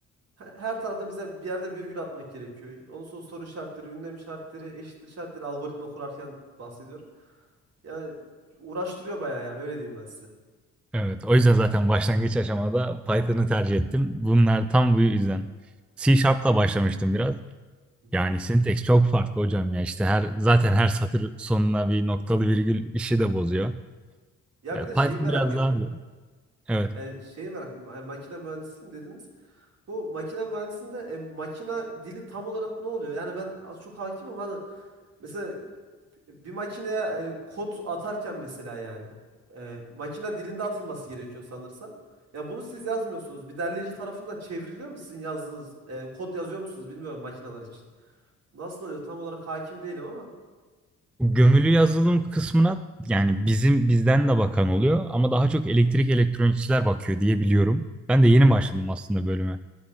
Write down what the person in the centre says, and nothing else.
Evet, o yüzden zaten başlangıç aşamada Python'ı tercih ettim. Bunlar tam bu yüzden. C Sharp'la başlamıştım biraz.
Yani
syntax çok farklı hocam ya. İşte her zaten her satır sonuna bir noktalı virgül işi de bozuyor.
E,
Python
biraz
daha evet.
Gömülü yazılım kısmına yani bizim bizden de bakan oluyor ama daha çok elektrik elektronikçiler bakıyor diye biliyorum. Ben de yeni
başladım aslında bölüme.